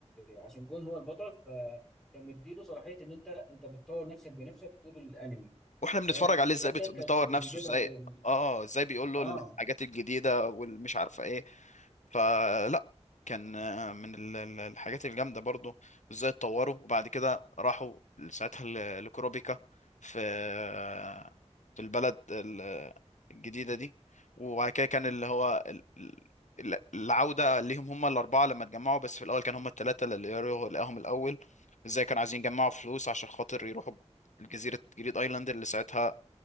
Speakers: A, in the centre; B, on the left.
A: آه، عشان جون هو البطل فكان مديله صلاحيه ان انت انت بتطور نفسك بنفسك طول الانمي
B: واحنا بنتفرج
A: فاهم
B: عليه
A: في
B: ازاي
A: شخصيات
B: بيت- بيطور
A: كانت بيجيبها
B: نفسه ازاي
A: من
B: اه ازاي بيقول له
A: اه
B: الحاجات الجديده والمش عارفه ايه فلا كان آه، من ال- ال- الحاجات الجامدة برضو وازاي اتطوروا وبعد كده راحوا ساعتها ل- لكروبيكا في آه، في البلد ال- الجديدة دي وبعد كده كان اللي هو ال- ال- العودة ليهم هم الأربعة لما اتجمعوا بس في الأول كان هم التلاتة اللي يروحوا لقاهم الأول ازاي كانوا عايزين يجمعوا فلوس عشان خاطر يروحوا جزيرة جريد ايلاند اللي ساعتها